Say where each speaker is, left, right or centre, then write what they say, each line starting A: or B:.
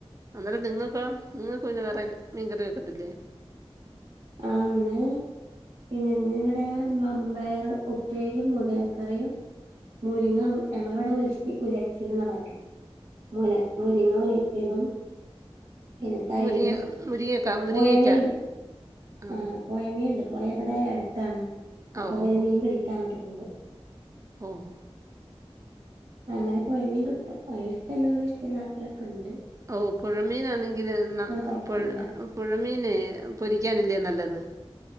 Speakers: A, on the right; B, on the right.
A: അന്നേരം നിങ്ങക്കോ നിങ്ങക്ക് പിന്നെ വേറെ മീൻകറി വെക്കത്തില്ലേ
B: ആഹ് ഇന്ന് പിന്നെ ഇന്നി ഇവിടെ മമ്പയറ് ഉപ്പേരിം മുതിരക്കറിയും മുരിങ്ങ ഞങ്ങള് ഇവടെ ഉൽത്തി ഉലർത്തിന്നാ പറയല് മുര മുരിങ്ങ ഉലത്തിയതും പിന്നെ തൈരും
A: മുരിങ്ങ മുരിങ്ങക്ക മുരിങ്ങയ്ക്ക
B: പൊയമീൻ
A: ആ
B: ആഹ് പൊയ മീൻണ്ട് പൊയ ഇവടെ അട്ത്താണ്
A: ആ
B: അപ്പൊ ഇവര്
A: ഓ
B: മീൻ പിടിക്കാൻ അങ്ങട്ട് പോവും
A: ഓഹ്
B: അങ്ങനെ പൊയ്മീൻ കിട്ടും അഹ് ഇഷ്ട്ടല്ലോലും ഇഷ്ട്ടല്ലാത്തോരൊക്കെ ഇണ്ട്
A: ഓഹ് പൊഴമീനാന്നെങ്കില് <unintelligible>
B: പറ്റൂല
A: പൊഴമീനെ പൊരിക്കാനല്ലേ നല്ലത്